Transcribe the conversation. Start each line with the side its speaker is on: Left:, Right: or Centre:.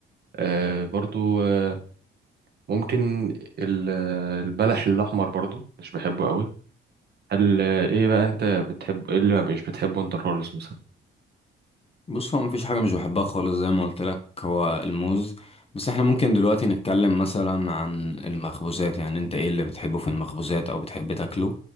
Right: آه برضو آه، ممكن ال- البلح الأحمر برضو مش بحبه قوي هل ايه بقى انت بتحب ايه اللي ما مش بتحبه انت خالص مثلا
Left: بص هو مفيش حاجة مش بحبها خالص زي ما قلت لك هو الموز بس احنا ممكن دلوقتي نتكلم مثلا عن المخبوزات يعني انت ايه اللي بتحبه في المخبوزات او بتحب تاكله